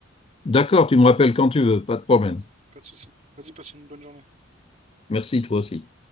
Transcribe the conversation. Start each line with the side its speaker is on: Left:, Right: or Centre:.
Left: D'accord, tu me rappelles quand tu veux, pas de problème.
Right: Vas-y, pas de souci. Vas-y, passe une bonne journée.
Left: Merci, toi aussi.